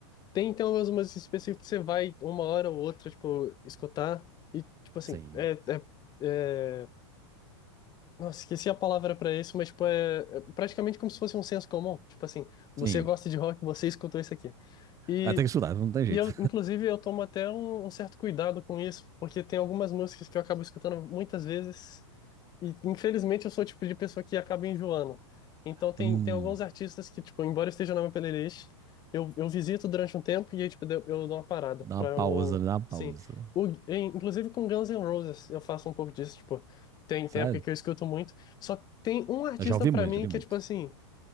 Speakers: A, on the left (about 25°); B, on the right (about 20°).
A: Tem, então umas músicas específicas que você vai uma hora ou outra, tipo, escutar, e, tipo assim,
B: Sim.
A: é, é, é- Nossa, esqueci a palavra pra isso, mas, tipo, é, é praticamente como se fosse um senso comum. Tipo assim, você
B: Sim.
A: gosta de rock, você escutou isso aqui. E,
B: Ah, tem que estudar, não tem jeito.
A: e eu, inclusive, eu tomo até um, um certo cuidado com isso, porque tem algumas músicas que eu acabo escutando muitas vezes e, infelizmente, eu sou o tipo de pessoa que acaba enjoando. Então, tem,
B: Hum,
A: tem alguns artistas que, tipo, embora esteja na minha playlist, eu, eu visito durante um tempo e aí, tipo, eu eu dou uma parada
B: dá
A: pra
B: uma pausa,
A: eu não...
B: dá uma pausa.
A: Sim. O, em- inclusive com Guns N' Roses eu faço um pouco disso, tipo, tem,
B: Sabe?
A: tem época que eu escuto muito. Só tem um artista
B: Eu já ouvi
A: pra
B: muito,
A: mim
B: já ouvi
A: que
B: muito.
A: é, tipo assim,